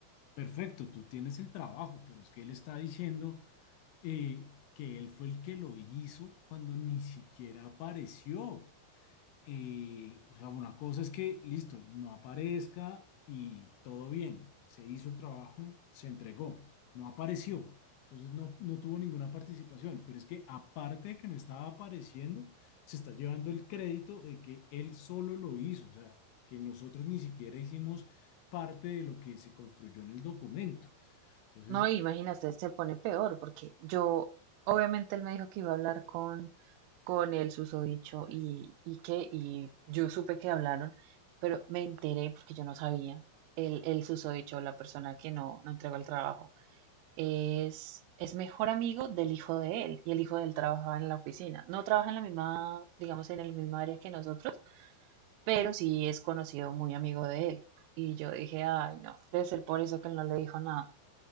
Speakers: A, on the left; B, on the right.
A: perfecto, tú tienes el trabajo, pero es que él está diciendo eh, que él fue el que lo hizo cuando ni siquiera apareció. Eh, o sea, una cosa es que, listo, no aparezca y todo bien, se hizo el trabajo, se entregó, no apareció. Entonces no, no tuvo ninguna participación, pero es que aparte de que no estaba apareciendo, se está llevando el crédito de que él solo lo hizo, o sea, que nosotros ni siquiera hicimos parte de lo que se construyó en el documento. Entonces,
B: No, imagínate, se pone peor porque yo, obviamente él me dijo que iba a hablar con con el susodicho y, y que, y yo supe que hablaron, pero me enteré porque yo no sabía. El, el susodicho, la persona que no, no entregó el trabajo, es, es mejor amigo del hijo de él y el hijo de él trabaja en la oficina. No trabaja en la misma, digamos, en el mismo área que nosotros, pero sí es conocido, muy amigo de él. Y yo dije, ay, no, debe ser por eso que él no le dijo nada.